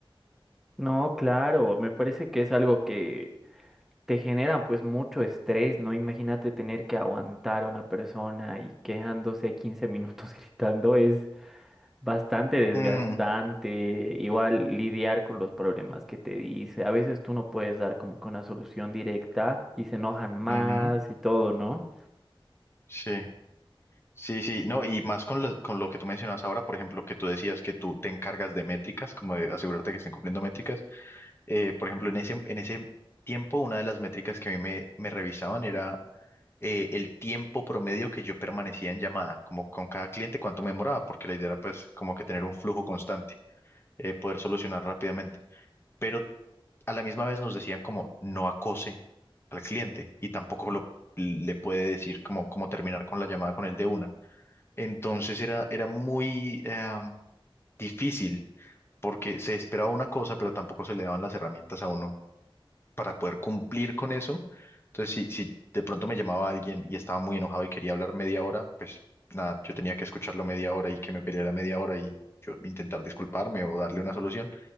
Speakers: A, in the centre; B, on the left (about 25°).
A: No, claro, me parece que es algo que te genera pues mucho estrés, ¿no? Imagínate tener que aguantar a una persona y quejándose 15 minutos <laughs> gritando es bastante desgastante.
B: Mm,
A: Igual lidiar con los problemas que te dice. A veces tú no puedes dar como que una solución directa y se enojan más
B: ujú,
A: y todo, ¿no?
B: Sí, sí, sí, no, y más con lo, con lo que tú mencionabas ahora, por ejemplo, que tú decías que tú te encargas de métricas, como de asegurarte que estén cumpliendo métricas. Eh, por ejemplo, en ese, en ese tiempo, una de las métricas que a mí me, me revisaban era eh, el tiempo promedio que yo permanecía en llamada, como con cada cliente, cuánto me demoraba, porque la idea era pues como que tener un flujo constante, eh, poder solucionar rápidamente. pero a la misma vez nos decían como no acose al cliente y tampoco lo, le puede decir como, como terminar con la llamada con él de una. Entonces era, era muy eh, difícil porque se esperaba una cosa, pero tampoco se le daban las herramientas a uno para poder cumplir con eso. Entonces, si, si de pronto me llamaba alguien y estaba muy enojado y quería hablar media hora, pues nada, yo tenía que escucharlo media hora y que me peleara media hora y yo intentar disculparme o darle una solución,